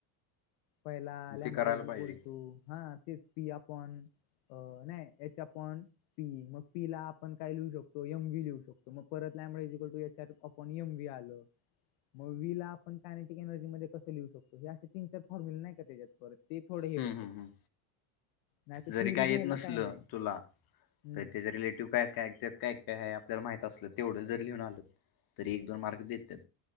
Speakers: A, on the left; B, on the left.
A: पहिला लॅंबडा
B: ते करायला पाहिजे
A: बोल तू हा तेच पी आपण. अ नाही याच्या पण पी मग पीला आपण काय लिऊ शकतो यमवी लिहू शकतो मग परत लमुळे तू याच्यात. पनियम बी आल. मग वीला आपण कायनेटिक एनर्जी म कं लिहू शकतो हे असे तीन चार फॉर्म्युले नाही का त्याच्यात पर ती थोडी ह
B: हम्म
A: होते.
B: हम्म हम्म
A: नाही तर
B: जरी
A: थेअरी
B: काय
A: लिहायला
B: येत नसल
A: नाही
B: तुला
A: हम्म
B: तर त्याचा रिलेटिव्ह काय काय? काय काय आहे आपल्याला माहित असलं तेवढं जरी लिहून आलं तरी एक दोन मार्क देतात.